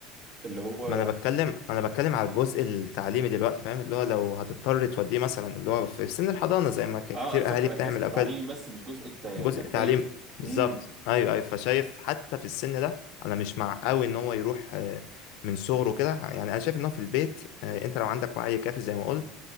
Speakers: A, on the right; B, on the left.
A: اللي هو
B: ما انا بتكلم انا بتكلم على الجزء التعليمي دلوقتي فاهم اللي هو لو هتضطر توديه مثلا اللي هو في سن الحضانة زي ما ك-
A: اه
B: كتير
A: قصدك
B: اهالي
A: على
B: بتعمل
A: الجزء التعليمي
B: او كده
A: بس مش جزء الت- التربية
B: جزء تعليم بالظبط
A: امم
B: ايوه ايوه فشايف حتى في السن ده انا مش مع قوي ان هو يروح آه، من صغره كده يعني انا شايف ان هو في البيت آه، انت لو عندك وعي كافي زي ما قلت